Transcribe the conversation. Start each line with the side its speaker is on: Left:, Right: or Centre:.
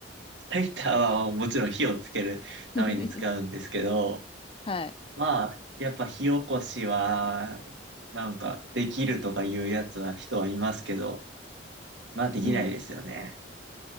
Right: ライターはもちろん火をつけるために使うんですけど、
Left: <laughs> はい。
Right: まあ、やっぱ火起こしは、なんかできるとかいうやつは人はいますけど、まあできないですよね。
Left: うん。